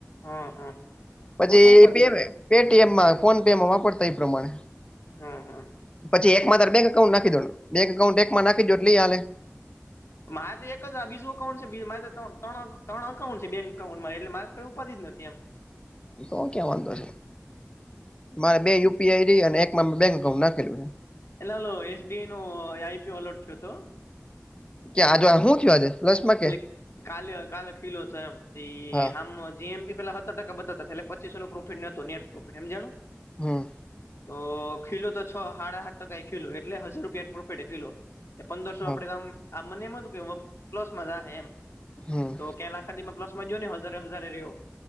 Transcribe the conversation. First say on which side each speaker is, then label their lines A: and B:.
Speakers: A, on the left; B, on the left.
A: હા હા
B: પછી
A: તો તો ઉપાધિ
B: એ પીમ
A: નથી
B: પેટીએમમાં ફોન પેમાં વાપરતા હોય, એ પ્રમાણે.
A: હા હા
B: પછી એક માં તારે બેંક એકાઉન્ટ નાખી દેવાનું. બેંક એકાઉન્ટ એકમાં નાખી દ્યો એટલે એ હાલે.
A: મારે તો એક જ આ બીજું અકાઉન્ટ છે. બી મારે તો ત્રણ ત્રણ તણ અકાઉન્ટ છે બેન એકાઉન્ટમા. એટલે મારે ત કઈ ઉપાધિ જ નથી એમ.
B: તો ક્યાં વાંધો છે? મારે બે યુપીઆઈડી અને એકમાં મેં બેંક અકાઉન્ટ નાખેલું છે.
A: એલે હલો એસબીઆઈનો આઈપીઓ અલોટ થ્યો તો.
B: કે આ જો આ હું થ્યું આજે? પ્લસમાં કે
A: એટલે કાલે, અ કાલે ખીલો થયો એમ
B: હા
A: હામ્મો જ. જીમીપી પેલા હત્તર ટકા બતાવતા તા, એટલે પચીસોનો પ્રોફેટ નતો નેટ પ્રોફીટ. હેમજાણું?
B: હમ્મ.
A: તો ખીલો તો છ હાડા હાત ટકાએ ખીલો. એટલે હઝાર રૂપિયાનો પ્રોફિટે ખીલો. એ પંદરસો
B: હા
A: આપડે આમ, આ મને એમ હતું કેવ પ્લસ માં જાહે એમ.
B: હમ્મ.
A: ક્યા ના આખાદી માં પ્લસ માં ગ્યો, ને હઝારે હઝારે ર્યો.